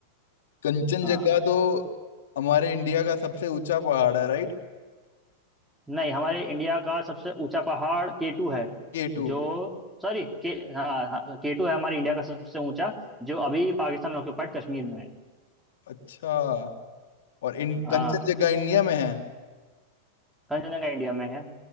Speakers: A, on the left; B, in the centre.
A: कंचनजंगा
B: हाँ
A: तो हमारे इंडिया का सबसे ऊंचा पहाड़ है राइट
B: नहीं हमारे इंडिया का सबसे ऊंचा पहाड़ केटू है
A: K two
B: जो सॉरी के हाँ, हाँ केटू है हमारे इंडिया का सबसे ऊंचा जो अभी पाकिस्तान ऑक्यूपाइड कश्मीर में है
A: अच्छा और इन,
B: हाँ
A: कंचनजंगा इंडिया में है
B: कंचनजंगा इंडिया में है